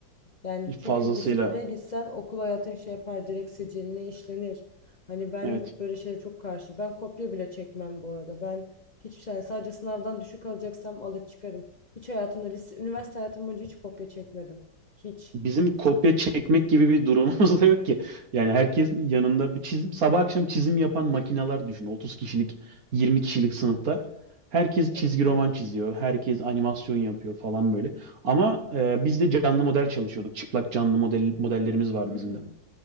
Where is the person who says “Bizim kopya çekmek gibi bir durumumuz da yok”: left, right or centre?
Right